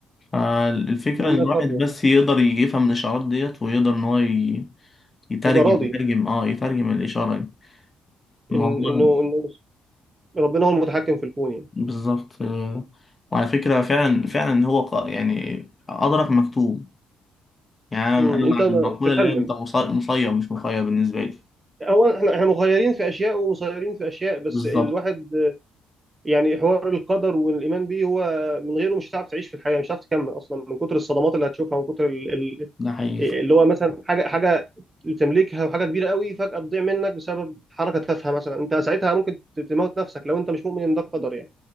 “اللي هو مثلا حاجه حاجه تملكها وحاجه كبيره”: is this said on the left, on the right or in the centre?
Right